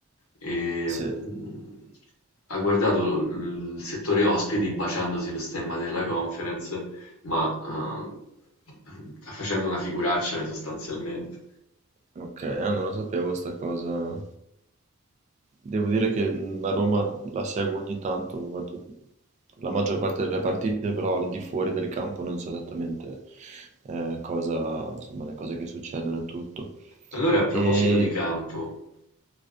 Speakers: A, on the left (about 85°); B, on the right (about 35°).
A: Ehm,
B: Sì,
A: ha guardato lo- il settore ospiti baciandosi lo stemma della conference, ma eh, facendo una figuraccia eh, sostanzialmente.
B: ok, ah, non lo sapevo sta cosa. Devo dire che mh, la Roma la seguo ogni tanto, guardo la maggior parte delle partite, però al di fuori del campo non so esattamente eh, cosa, insomma, le cose che succedono e tutto.
A: Allora, a proposito
B: E
A: di campo,